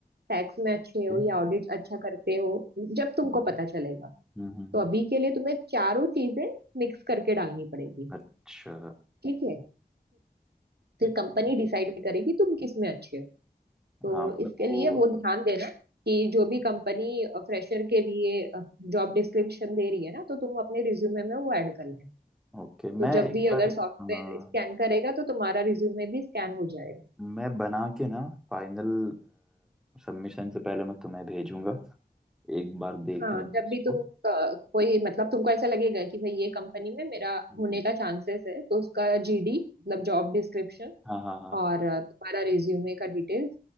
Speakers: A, on the right; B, in the centre.
A: टैक्स में अच्छे हो
B: ये,
A: या ऑडिट अच्छा करते हो जब तुमको
B: हम्म
A: पता चलेगा
B: हम्म हम्म, हम्म,
A: तो अभी के लिए तुम्हें चारों चीजें मिक्स करके डालनी पड़ेगी
B: अच्छा
A: ठीक है फिर कंपनी
B: ठीक,
A: डिसाइड
B: ठीक।
A: करेगी तुम किस में अच्छे हो तो
B: हाँ मतलब
A: इसके लिए
B: वो
A: वो ध्यान देना कि जो भी कंपनी फ्रेशर के लिए जॉब डिस्क्रिप्शन दे रही है ना तो तुम अपने रिज्यूमे में वो ऐड कर लेना
B: ओके मैं
A: तो जब
B: एक
A: भी अगर
B: बार अ,
A: सॉफ्टवेयर स्कैन करेगा तो तुम्हारा रिज्यूमे भी स्कैन हो जाएगा
B: मैं बना के ना फाइनल सबमिशन से पहले मैं तुम्हें भेजूंगा एक बार देख
A: हाँ
B: लेना
A: जब
B: उसको
A: भी तुम अ, कोई मतलब तुमको ऐसा लगेगा कि भाई ये कंपनी में मेरा
B: हम्म,
A: होने का चांसेस है तो उसका जीडी मतलब जॉब डिस्क्रिप्शन
B: हाँ हाँ हाँ
A: और अ, तुम्हारा रिज्यूमे का डिटेल्स